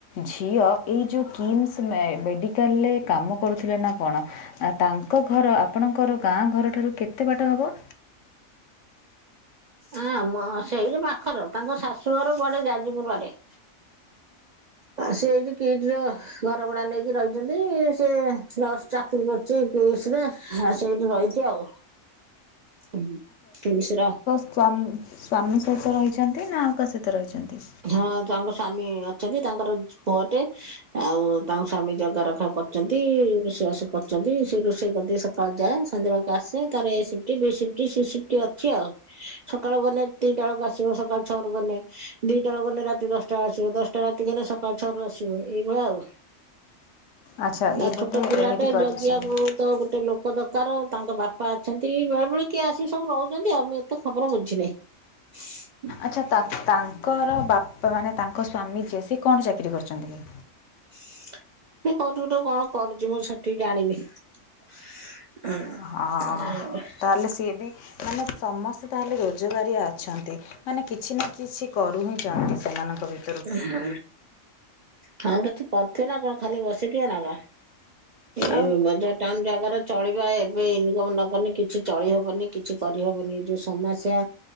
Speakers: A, on the left (about 70°); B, on the right (about 55°).
A: ଝିଅ ଏଇ ଯୋଉ କିମ୍ସ୍ ମେ ମେଡିକାଲରେ କାମ କରୁଥିଲେ ନା କଣ ଆଉ ତାଙ୍କ ଘର ଆପଣଙ୍କର ଗାଁ ଘରଠାରୁ କେତେ ବାଟ ହବ?
B: ଆ ଆମ ସେଇଠି ପାଖର ତାଙ୍କ ଶାଶୁଘର କୁଆଡେ ଯାଜପୁର ଆଡେ। ଆଉ ସେଇଠି କିଟ୍ ର ଘର ଭଡା ନେଇକି ରଇଚନ୍ତି ସେ ନର୍ସ ଚାକିରି କରୁଚି କିସ୍‌ରେ ହଁ ସେଇଠୁ ରଇଚି ଆଉ ହୁଁ କିମ୍ସର
A: ସ୍ଵମ ସ୍ୱାମୀ ସହିତ ରହିଛନ୍ତି ନା ଆଉ କାହା ସହିତ ରହିଛନ୍ତି?
B: ହଁ ତାଙ୍କ ସ୍ଵାମୀ ଅଛନ୍ତି ତାଙ୍କର ପୁଅଟେ ଆଉ ତାଙ୍କ ସ୍ୱାମୀ ଜଗା ରଖା କର ଚନ୍ତି ରୋଷେଇବାସ କରୁଚନ୍ତି ସେ ରୋଷେଇ କରିଦେଇକି ସକାଳୁ ଯାଏ ସନ୍ଧ୍ୟାବେଳକୁ ଆସେ ତାର ଏଇ ସିପ୍ କି ବିସିପିଟି ସିସିପିଟି ଅଛି ଆଉ ସକାଳୁ ଗନେ ଦିଟା ବେଳକୁ ଆସିବ ସକାଳୁ ଛଅରୁ ଗନେ ଦିଟାବେଳୁକୁ ଗନେ ରାତି ଦଶଟାରେ ଆସିବ ଦଶଟା ରାତିକି ଗନେ ସକାଳୁ ଛଅରୁ ଆସିବ ଏଇଭଳିଆ ଆଉ।
A: ଆଚ୍ଛା
B: ତା
A: ଏ ବୋଧେ
B: ଛୋଟ ପିଲାଟେ
A: ଏମିତି କରିଛନ୍ତି
B: ଜଗିଆକୁ ତ ଗୋଟେ ଲୋକ ଦକାର ତାଙ୍କ ବାପା ଅଛନ୍ତି ବେଳେ ବେଳେ କିଏ ଆସିକି ସବୁ ରଉଚନ୍ତି ଆଉ ମୁଁ ଏତେ ଖବର ବୁଝିନେଇ। <inaudible>
A: ଆଚ୍ଛା ତା ତାଙ୍କର ବାପା ମାନେ ତାଙ୍କ ସ୍ଵାମୀ ଯିଏ ସିଏ କଣ ଚାକିରି କରିଚନ୍ତି କି?
B: ସିଏ କୋଉଠି ଗୋଟେ କଣ କରୁଚି ମୁଁ ସଠିକ୍ ଜାଣିନି। ଉଁ
A: ହଁ
B: ଉଁ।
A: ତାହେଲେ ସିଏ ବି ମାନେ ସମସ୍ତେ ତାହେଲେ ରୋଜଗାରିଆ ଅଛନ୍ତି ମାନେ କିଛି ନା କିଛି କରୁ ହିଁ ଯାନ୍ତି ସେମାନଙ୍କ ଭିତ
B: ଉଁ ହୁଁ ହଁ କିଛି କରିଥିବେ ନା କଣ ଖାଲି ବସିଥିବେ ନା କଣ? ଏଇ
A: ଆଉ
B: ବୋଧେ ଟାଉନ୍ ଜାଗାରେ ଚଳିବା ଏବେ ଇନିକମ ନକନେ କିଛି ଚଳିହବନି କିଛି କରିହବନି ଏଇ ଯୋଉ ସମାସ୍ୟାଟା